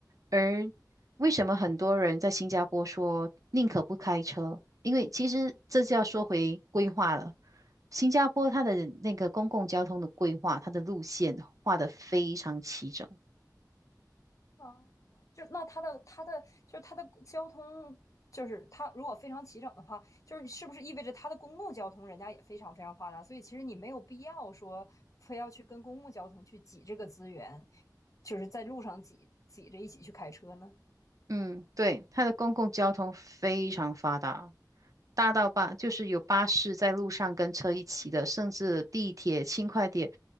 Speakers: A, on the right; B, on the left.
A: 而为什么很多人在新加坡说宁可不开车？因为其实这就要说回规划了。新加坡它的那个公共交通的规划，它的路线画得非常齐整。
B: 啊，就那它的它的就是它的交通，就是它如果非常齐整的话，就是是不是意味着它的公共交通人家也非常非常发达？所以其实你没有必要说非要去跟公共交通去挤这个资源，就是在路上挤挤着一起去开车呢？
A: 嗯，对，它的公共交通非常发达，大到巴就是有巴士在路上跟车一起的，甚至地铁、轻快铁，